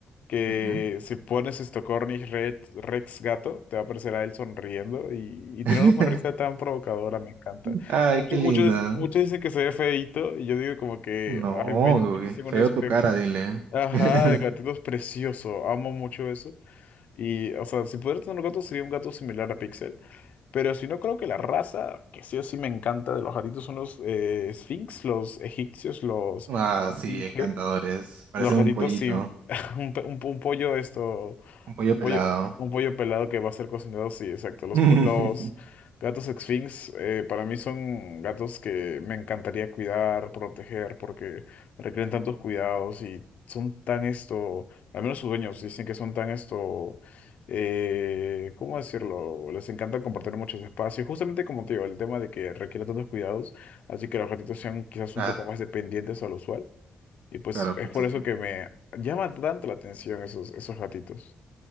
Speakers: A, on the left; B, on the right.
A: que
B: Ujú.
A: si pones esto Cornish Rex, Rex gato, te va a aparecer a él sonriendo y, y tiene
B: <laughs>
A: una sonrisa tan provocadora, me encanta.
B: Ay,
A: Muchos,
B: qué linda.
A: muchos, muchos dicen que se ve feíto y yo digo como que,
B: No,
A: ay, miren,
B: güey,
A: en
B: feo
A: un espejo.
B: tu cara, dile.
A: Ajá,
B: <laughs>
A: el gatito es precioso, amo mucho eso. Y, o sea, si pudiera tener un gato sería un gato similar a Pixel, pero si no creo que la raza que sí o sí me encanta de los gatitos son los eh, Sphinx, los egipcios, los
B: Ah, sí,
A: Esfinge.
B: encantadores. Parecen
A: Los gatitos
B: un pollito,
A: sí. <laughs> Un, pe- un, po- un pollo esto.
B: un pollo
A: Un
B: pelado.
A: pollo. Un pollo pelado que va a ser cocinado, sí, exacto. Los,
B: <laughs>
A: po- los gatos Sphinx eh, para mí son gatos que me encantaría cuidar, proteger, porque requieren tantos cuidados y son tan esto, al menos sus dueños dicen que son tan esto, eh, ¿cómo decirlo? Les encanta compartir muchos espacios, justamente como te digo, el tema de que requiere tantos cuidados, así que los gatitos sean quizás
B: Claro,
A: un poco más dependientes a lo usual. Y pues
B: claro.
A: es
B: pues,
A: por
B: sí.
A: eso
B: sí.
A: que me llama tanto la atención esos, esos gatitos.